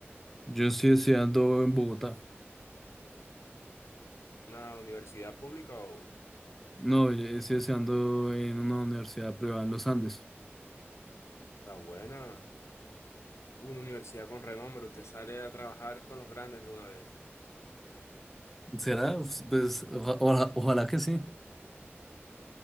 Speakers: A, in the centre; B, on the left.
A: Yo estoy estudiando en Bogotá.
B: ¿Una universidad pública o, o
A: No, yo estoy estudiando en una universidad privada en los Andes.
B: sea, buena? Una universidad con renombre, usted sale a trabajar con los grandes de una vez.
A: ¿Será? Pues oja- oja- ojalá que sí.